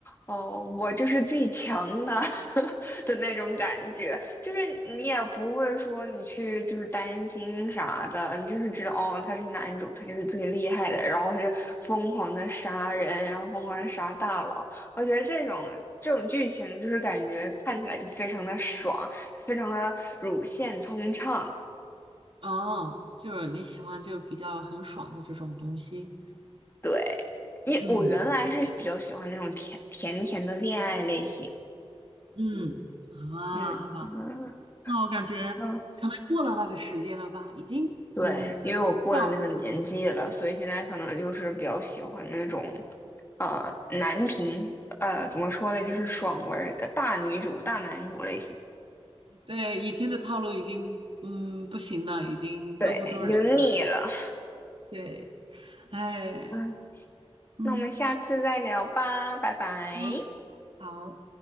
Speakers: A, on the left; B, on the right.
A: 哦，我就是最强的 <laughs> 的那种感觉，就是你也不会说你去就是担心啥的，你就是知道哦，他是男主，他就是最厉害的，然后他就疯狂的杀人，然后疯狂的杀大佬，我觉得这种这种剧情就是感觉看起来就非常的爽。非常的乳腺通畅。
B: 哦，就是你喜欢就比较很爽的这种东西。
A: 对，因我原来是比较喜欢那种甜甜甜的恋爱类型。
B: 嗯嗯啊，
A: 嗯嗯
B: 好吧，那我感觉可能过了那个时间了吧，
A: 嗯，
B: 已经嗯，
A: 对，因为我过了那个年纪了，
B: 要那种。
A: 所以现在可能就是比较喜欢那种，呃，男频，呃，怎么说呢，就是爽文儿呃大女主、大男主类型。
B: 对，以前的套路已经嗯不行了，已经勾不住人了。
A: 对，你就腻了。
B: 对，哎，
A: 嗯，
B: 嗯
A: 那我们下次再聊吧，拜拜。
B: 嗯，好。